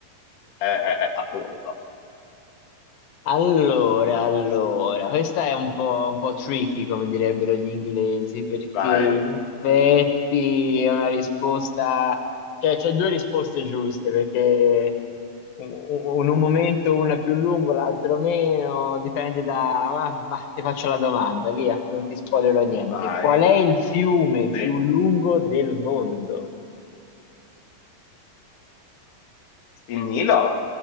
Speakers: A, on the left (about 65°); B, on the left (about 85°).
A: eh, eh, eh, appunto.
B: Allora, allora, questa è un po', un po' tricky, come direbbero gli inglesi, perché
A: Vai,
B: in effetti è una risposta, cioè c'è due risposte giuste, perché u- u- in un momento una è più lungo, l'altro meno, dipende da... Ma, ma ti faccio la domanda, via, non ti spoilerò niente.
A: vai.
B: Qual è il fiume
A: Eh,
B: più lungo del mondo?
A: Il Nilo?